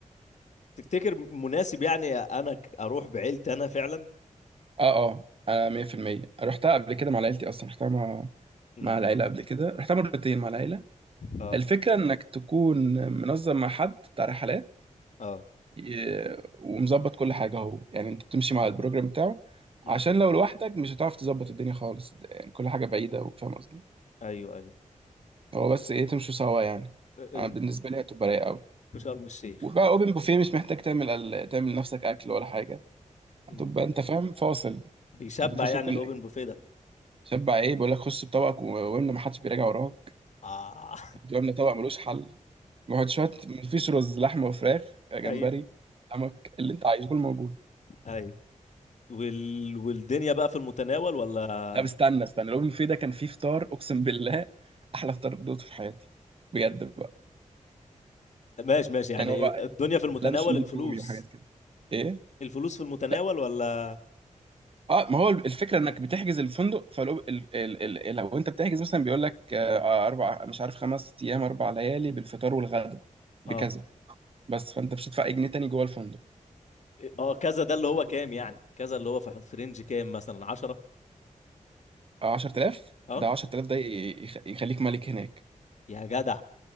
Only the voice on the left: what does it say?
تفتكر مناسب يعني انا ك- اروح بعيلتي انا فعلا
امم
اه
اه
امم
ايوه ايوه
ف- أم،
في شرم الشيخ
امم
بيشبع
يعني
الاوبن
بوفيه ده
اه
<laughs> ايوه
ايوه وال... والدنيا بقى في المتناول ولا
ماشي ماشي يعني
إيه، الدنيا في المتناول
الفلوس
الفلوس في المتناول
ولا
اه
إيه، اه كذا ده اللي هو كام يعني كذا اللي هو في حد- في رينج كام مثلا 10
اه
يا جدع